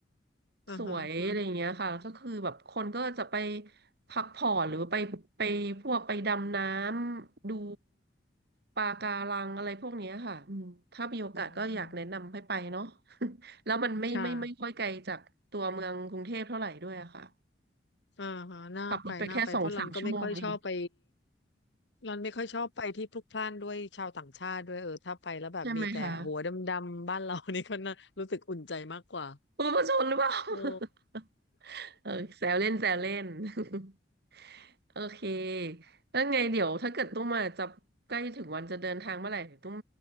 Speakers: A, on the left; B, on the right.
A: อ่าฮะฮะ
B: สวยอะไรอย่างเงี้ยค่ะแล้วก็คือแบบคนก็จะไปพักผ่อนหรือไปไปพวกไปดำน้ำดูปะการังอะไรพวกเนี้ยค่ะอืมถ้ามีโอกาสก็อยากแนะนำให้ไปเนาะ
A: อืมอืม
B: <laughs> แล้วมันไม่ไม่ไม่ค่อยไกลจากตัวเมืองกรุงเทพเท่าไหร่ด้วยอะค่ะ
A: ค่ะอ่าฮะน่าไปน่าไปเพราะรันก็ไม่ค่อยชอบไป
B: ขับรถไปแค่สองสามชั่วโมงเอง
A: รันไม่ค่อยชอบไปที่พลุกพล่านด้วยชาวต่างชาติด้วยเออถ้าไปแล้วแบบมีแต่หัวดำๆบ้านเรา
B: ใช่ไหมคะ
A: <laughs> นี่ก็น่ารู้สึกอุ่นใจมากกว่า
B: คุณผู้ชมหรือเปล่า <laughs>
A: โอ้
B: เออแซวเล่นแซวเล่น <laughs> โอเคแล้วไงเดี๋ยวถ้าเกิดตุ้มมาจะใกล้ถึงวันจะเดินทางเมื่อไหร่เดี๋ยวตุ้ม